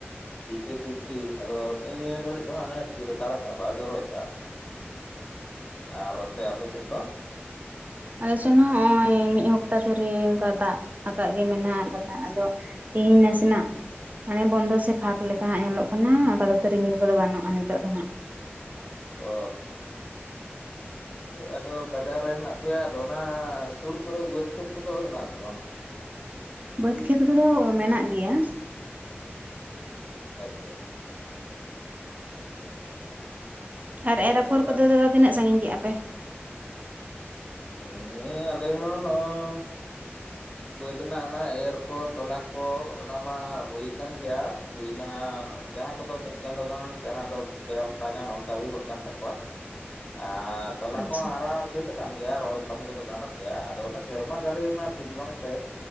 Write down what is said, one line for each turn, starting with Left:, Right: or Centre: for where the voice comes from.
Left: ᱡᱷᱤᱯᱤᱨ ᱡᱷᱤᱯᱤᱨ ᱟᱫᱚ ᱱᱤ ᱱᱤᱭᱟᱹ ᱜᱷᱟᱹᱲᱤᱡ ᱫᱚ ᱦᱟᱸᱜ ᱮ ᱛᱷᱤᱨ ᱦᱟᱛᱟᱲ ᱠᱟᱜᱼᱟ ᱵᱟᱭ ᱡᱚᱨᱚᱭᱮᱫᱟ᱾ ᱟᱨ ᱚᱱᱛᱮ ᱟᱯᱮ ᱥᱮᱫ ᱫᱚ?
Right: ᱟᱞᱮ ᱥᱮᱱ ᱦᱚ ᱸ ᱦᱚᱜ-ᱚᱭ ᱢᱤᱫ ᱦᱚᱯᱛᱟ ᱫᱷᱚᱨᱮ ᱚᱝᱠᱟ ᱫᱟᱜ ᱟᱠᱟᱫ ᱜᱮ ᱢᱮᱱᱟᱜ ᱠᱟᱫᱟ ᱟᱫᱚ ᱛᱮᱦᱤᱧ ᱱᱟᱥᱮᱱᱟᱜ ᱢᱟᱱᱮ ᱵᱚᱱᱫᱚ ᱥᱮ ᱯᱷᱟᱸᱠ ᱞᱮᱠᱟ ᱦᱟᱸᱜ ᱧᱮᱞᱚᱜ ᱠᱟᱱᱟ ᱟᱯᱟᱛᱚᱛᱚ ᱨᱤᱢᱤᱞ ᱠᱚᱫᱚ ᱵᱟᱹᱱᱩᱜᱼᱟ ᱱᱤᱛᱳᱜ ᱫᱚ ᱦᱟᱸᱜ᱾
Left: ᱚ ᱦᱚᱸ ᱟᱫᱚ ᱵᱟᱡᱟᱨ ᱨᱮ ᱦᱮᱱᱟᱜ ᱯᱮᱭᱟ ᱟᱫᱚ ᱚᱱᱟ ᱥᱳᱨ ᱠᱚᱨᱮ ᱵᱟᱹᱫᱽ ᱠᱷᱮᱛ ᱠᱚᱫᱚ ᱦᱮᱱᱟᱜ ᱟᱥᱮ ᱵᱟᱝ?
Right: ᱵᱟᱹᱫᱽ ᱠᱷᱮᱛ ᱠᱚᱫᱚ ᱢᱮᱱᱟᱜ ᱜᱮᱭᱟ᱾
Left: ᱟᱪᱪᱷᱟ ᱦᱳᱭ
Right: ᱟᱨ ᱮᱨ
Left: ᱟᱫᱚ
Right: ᱟᱯᱷᱚᱨ
Left: ᱚᱱᱟ
Right: ᱠᱚᱫᱚ ᱫᱟᱫᱟ ᱛᱤᱱᱟᱹᱜ ᱥᱟᱸᱜᱤᱧ ᱠᱮᱜᱼᱟ ᱯᱮ?
Left: ᱦᱮ ᱟᱞᱮ ᱦᱚᱸ ᱱᱚᱜ-ᱚᱼᱼ ᱵᱟᱹᱫᱽ ᱨᱮᱱᱟᱜ ᱚᱱᱟ ᱮᱨ ᱠᱚ ᱛᱚᱞᱟ ᱠᱚ ᱚᱱᱟ ᱢᱟ ᱦᱩᱭ ᱠᱟᱱ ᱜᱮᱭᱟᱼᱼ ᱦᱩᱭᱱᱟ ᱡᱟᱦᱟᱸ ᱠᱚᱫᱚ ᱢᱤᱫ ᱪᱟᱸᱫᱳ ᱜᱟᱱ ᱡᱟᱦᱟᱸ ᱫᱚ ᱯᱮ ᱦᱟᱯᱛᱟ ᱜᱟᱱ ᱚᱱᱠᱟ ᱦᱩᱭ ᱜᱚᱫ ᱠᱟᱱ ᱛᱟᱠᱚᱣᱟ᱾ ᱟᱨᱼᱼ ᱛᱚᱞᱟ
Right: ᱟᱪᱪᱷᱟ
Left: ᱠᱚᱦᱚᱸ ᱦᱟᱨᱟ ᱥᱟᱹᱛ ᱠᱟᱱ ᱜᱮᱭᱟ ᱨᱚᱦᱚᱭ ᱠᱟᱹᱢᱤ ᱠᱚᱫᱚ ᱜᱟᱱᱚᱜ ᱜᱮᱭᱟ ᱟᱫᱚ ᱚᱱᱟ ᱥᱮᱨᱢᱟ ᱡᱟᱲᱤ ᱨᱮᱱᱟᱜ ᱴᱷᱤᱠ ᱵᱟᱝ ᱛᱮ